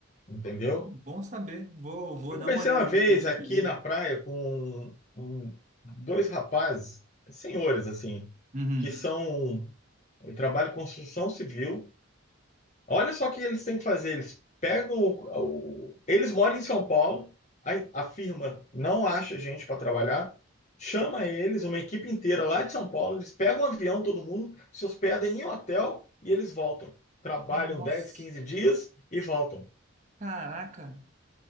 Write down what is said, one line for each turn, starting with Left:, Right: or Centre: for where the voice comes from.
Left: entendeu?
Right: Pô, bom saber. Vou, vou
Left: Eu comecei
Right: dar uma olhada
Left: uma vez
Right: depois no
Left: aqui
Right: LinkedIn.
Left: na praia com um- um, dois rapazes, senhores, assim,
Right: Uhum.
Left: que são. trabalham em construção civil, Olha só o que eles têm que fazer. Eles pegam o, o- eles moram em São Paulo, a, a firma não acha gente para trabalhar, chama eles, uma equipe inteira lá de São Paulo, eles pegam um avião, todo mundo, se hospedem em hotel e eles voltam. Trabalham
Right: Nossa,
Left: dez, quinze dias e voltam.
Right: caraca.